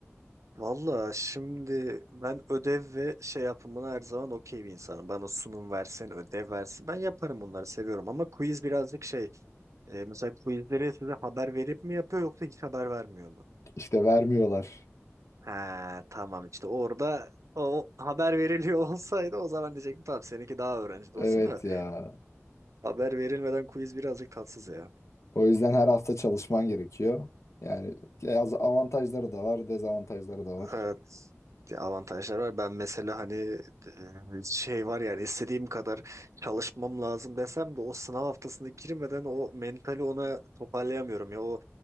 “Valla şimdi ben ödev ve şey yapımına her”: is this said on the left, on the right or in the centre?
Right